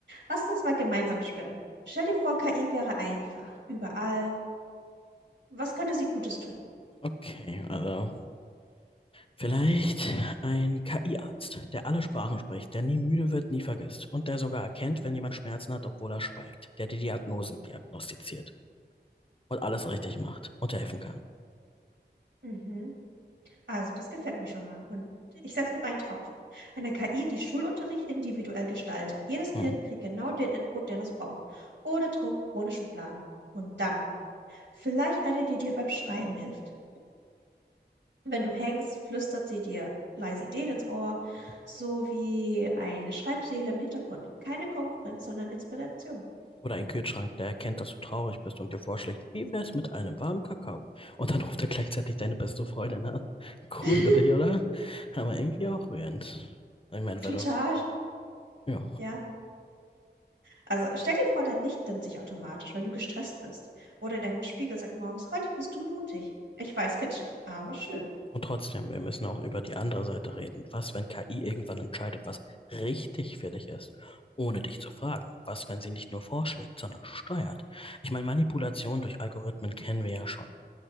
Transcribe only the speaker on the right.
Lasst uns mal gemeinsam spinnen. Stell dir vor, KI wäre einfach, überall. Was könnte sie Gutes tun?
Mhm. Also, das gefällt mir schon mal. Und ich setze noch einen drauf. Eine KI, die Schulunterricht individuell gestaltet. Jedes Kind
kriegt genau den Input, den es braucht. Ohne Druck, ohne Schubladen. Und dann vielleicht eine, die dir beim Schreiben hilft. Wenn du hängst, flüstert sie dir leise Ideen ins Ohr,
so wie eine Schreibseele im Hintergrund. Keine Konkurrenz, sondern Inspiration.
<laughs>
Total,
ja. Also stell dir vor, dein Licht dimmt sich automatisch, wenn du gestresst bist. Oder dein Spiegel sagt morgens, heute bist du mutig. Ich weiß, kitschig, aber schön.